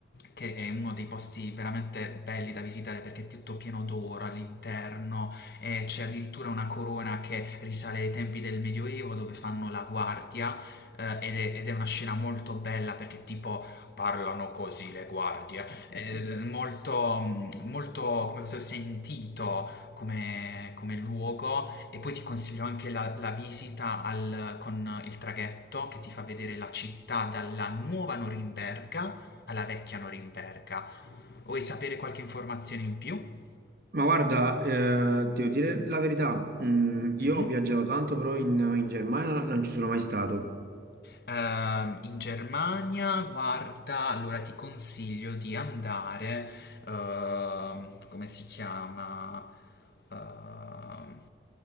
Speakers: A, on the left; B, on the right.
A: che è uno dei posti veramente belli da visitare perché è tutto pieno d'oro all'interno e c'è addirittura una corona che risale ai tempi del Medioevo dove fanno la guardia. eh, Ed è, ed è una scena molto bella perché tipo parlano così le guardie, Ed è eh, molto, mm, molto come posso dire, sentito come, come luogo e poi ti consiglio anche la, la visita al- con il traghetto che ti fa vedere la città dalla nuova Norimberga alla vecchia Norimberga. Vuoi sapere qualche informazione in più?
B: Ma guarda, eh, devo dire la verità, mm,
A: Mhm.
B: io ho viaggiato tanto, però in, in Germania non ci sono mai stato.
A: Ehm, in Germania, guarda, allora ti consiglio di andare, ehm, come si chiama? Ehm,